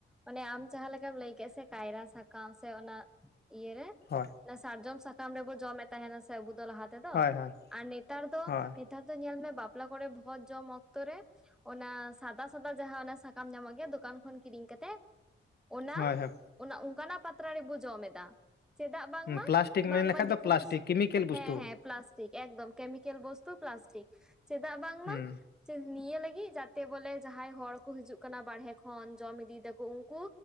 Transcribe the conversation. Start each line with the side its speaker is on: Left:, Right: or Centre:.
Centre: ᱚᱱᱮ ᱟᱢ ᱡᱟᱦᱟᱸ ᱞᱮᱠᱟᱢ ᱞᱟᱹᱭ ᱠᱮᱫ ᱥᱮ ᱠᱟᱭᱨᱟ ᱥᱟᱠᱟᱢ ᱥᱮ ᱚᱱᱟ ᱤᱭᱟᱹᱨᱮ
Left: ᱦᱳᱭ
Centre: ᱚᱱᱟ ᱥᱟᱨᱡᱚᱢ ᱥᱟᱠᱟᱢ ᱨᱮᱵᱚ ᱡᱚᱢᱮᱫ ᱛᱟᱦᱮᱱᱟ ᱥᱮ ᱟᱵᱚ ᱫᱚ ᱞᱟᱦᱟ ᱛᱮᱫᱚ
Left: ᱦᱳᱭ ᱦᱳᱭ
Centre: ᱟᱨ ᱱᱮᱛᱟᱨ ᱫᱚ
Left: ᱦᱳᱭ
Centre: ᱱᱮᱛᱟᱨ ᱫᱚ ᱧᱮᱞ ᱢᱮ ᱵᱟᱯᱞᱟ ᱠᱚᱨᱮ ᱵᱷᱚᱡᱽ ᱡᱚᱢ ᱚᱠᱛᱚ ᱚᱠᱛᱚ ᱨᱮ ᱚᱱᱟ ᱥᱟᱫᱟ ᱥᱟᱫᱟ ᱡᱟᱦᱟᱸ ᱚᱱᱟ ᱥᱟᱠᱟᱢ ᱧᱟᱢᱚᱜ ᱜᱮᱭᱟ ᱫᱚᱠᱟᱱ ᱠᱷᱚᱱ ᱠᱤᱨᱤᱧ ᱠᱟᱛᱮᱜ ᱚᱱᱟ
Left: ᱦᱳᱭ ᱦᱳᱭ
Centre: ᱚᱱᱟ ᱚᱱᱠᱟᱱᱟᱜ ᱯᱟᱛᱲᱟ ᱨᱮᱵᱚ ᱡᱚᱢ ᱮᱫᱟ ᱾ ᱪᱮᱫᱟᱜ ᱵᱟᱝᱢᱟ
Left: ᱯᱞᱟᱥᱴᱤᱠ
Centre: ᱵᱟᱝᱢᱟ
Left: ᱢᱮᱱ ᱞᱮᱠᱷᱟᱡ
Centre: ᱫᱤᱠᱩ
Left: ᱫᱚ ᱯᱞᱟᱥᱴᱤᱠ
Centre: ᱯᱩᱥᱤ
Left: ᱠᱮᱢᱤᱠᱮᱞ ᱵᱚᱥᱛᱩ
Centre: ᱦᱮᱸ ᱦᱮᱸ ᱯᱞᱟᱥ ᱴᱤᱠ ᱮᱠᱫᱚᱢ ᱠᱮᱢᱤᱠᱮᱞ ᱵᱚᱥᱛᱩ ᱯᱞᱟᱥᱴᱤᱠ ᱪᱮᱫᱟᱜ ᱵᱟᱝᱢᱟ
Left: ᱦᱩᱸ
Centre: ᱪᱚᱫ ᱱᱤᱭᱟᱹ ᱞᱟᱹᱜᱤᱫ ᱡᱟᱛᱮ ᱵᱚᱞᱮ ᱡᱟᱦᱟᱸᱭ ᱦᱚᱲ ᱠᱚ ᱦᱤᱡᱩᱜ ᱠᱟᱱᱟ ᱵᱟᱨᱦᱮ ᱠᱷᱚᱱ ᱡᱚᱢ ᱤᱫᱤᱭ ᱫᱟᱠᱚ ᱩᱱᱠᱩ